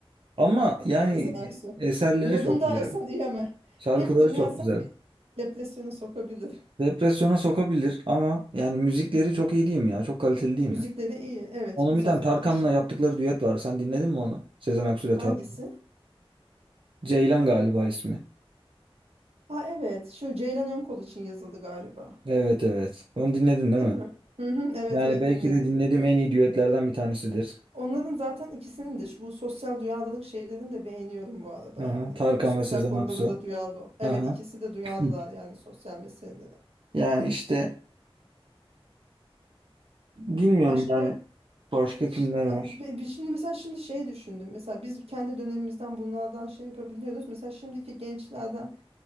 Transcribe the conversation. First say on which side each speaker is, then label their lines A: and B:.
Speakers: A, on the right (about 60°); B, on the right (about 85°).
A: Ama yani
B: Sezen Aksu.
A: eserleri
B: Modundaysan
A: çok güzel.
B: iyi ama
A: Şarkıları
B: hep dinlersen
A: çok güzel.
B: bir depresyona sokabilir.
A: Depresyona sokabilir ama yani müzikleri çok iyi değil mi ya? Çok kaliteli değil
B: Müzikleri
A: mi?
B: iyi. Evet,
A: Onun
B: güzel
A: bir tane Tarkan'la
B: yani şimdi.
A: yaptıkları düet var. Sen dinledin mi onu? Sezen Aksu ile
B: Hangisi?
A: Tarkan. Ceylan galiba ismi.
B: Ha evet, şu Ceylan Önkol için yazıldı galiba.
A: Evet evet. Onu dinledin değil
B: Değil
A: mi?
B: mi? Hı hı, evet
A: Yani
B: evet
A: belki
B: dinledim.
A: de dinlediğim en iyi düetlerden bir tanesidir.
B: Onların zaten ikisinin de şu- bu sosyal duyarlılık şeylerini de beğeniyorum bu arada
A: Aha,
B: yani.
A: Tarkan
B: Böyle sosyal
A: ve Sezen
B: konuda
A: Aksu.
B: da duyarlı. ol- Evet
A: Aha.
B: ikisi de duyarlılar
A: <clears throat>
B: yani sosyal meselelere.
A: Yani işte bilmiyorum
B: Başka
A: yani başka
B: işte,
A: kimler var.
B: be- be- şimdi mesela şimdi şey düşündüm. Mesela biz kendi dönemimizden bunlardan şey yapabiliyoruz. Mesela şimdiki gençlerden